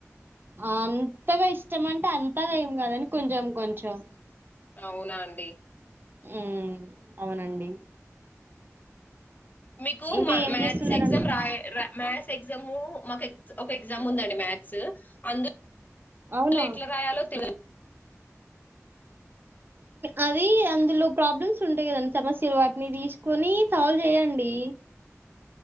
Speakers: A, on the right; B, on the left.
A: అంతగా ఇష్టం అంటే అంతగా ఏం కాదఅండి కొంచెం కొంచెం
B: అవునా అండి.
A: ఊ అవునండి.
B: మీకు
A: ఇంకా
B: మ
A: ఏం
B: మ్యాథ్స్
A: చేస్తున్నారండి
B: ఎగ్జామ్ రాయ్ ర మ్యాస్ ఎగ్జాము మాకు ఒక ఎగ్జామ్ ఉందండి మ్యాథ్స్ అందు
A: అవునా
B: లో ఎట్లా రాయాలో తెలీదు
A: అది అందులో ప్రాబ్లమ్స్ ఉంటాయి కదండి. సమస్యలు వాటిని తీసుకొని సాల్వ్ చేయండి.